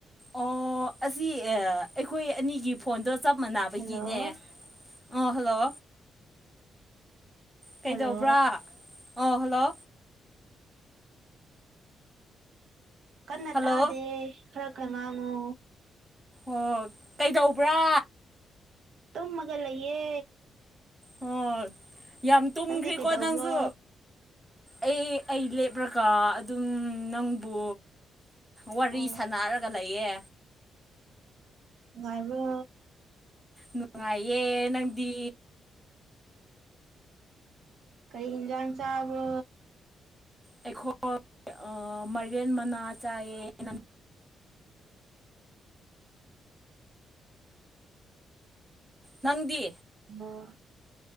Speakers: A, in the centre; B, on the right (about 65°).
A: ꯑꯣ ꯑꯁꯤ ꯑꯩꯈꯣꯏ ꯑꯅꯤꯒꯤ ꯐꯣꯟꯗꯣ ꯆꯞ ꯃꯥꯟꯅꯕꯒꯤꯅꯦ
B: ꯍꯜꯂꯣ
A: ꯑ ꯍꯜꯂꯣ ꯀꯩꯗꯧꯕ꯭ꯔꯥ
B: ꯍꯜꯂꯣ
A: ꯑꯣ ꯍꯜꯂꯣ
B: ꯀꯟꯅ
A: ꯍꯜꯂꯣ
B: ꯇꯥꯗꯦ ꯈꯔ ꯈ ꯉꯥꯡꯉꯣ
A: ꯑꯣ ꯀꯩꯗꯧꯕ꯭ꯔꯥ
B: ꯇꯨꯝꯃꯒ ꯂꯩꯌꯦ
A: ꯑꯣ ꯌꯥꯝ ꯇꯨꯝꯈ꯭ꯔꯦꯀꯣ
B: ꯅꯪꯗꯤ ꯀꯩꯗꯧꯕ꯭ꯔꯣ
A: ꯅꯪꯁꯨ ꯑꯩ ꯑꯩ ꯂꯦꯞꯂꯒ ꯑꯗꯨꯝ ꯅꯪꯕꯨ ꯋꯥꯔꯤ
B: ꯑꯣ
A: ꯁꯅꯔꯒ ꯂꯩꯌꯦ
B: ꯉꯥꯏꯔ
A: ꯅꯨꯡꯉꯥꯏꯌꯦ ꯅꯪꯗꯤ
B: ꯀꯩ ꯏꯟꯖꯥꯡ ꯆꯥꯕ
A: ꯑꯩꯈꯣꯏ ꯃꯦꯟ ꯃꯅꯥ ꯆꯥꯏꯌꯦ ꯅ ꯅꯪꯗꯤ
B: ꯑꯣ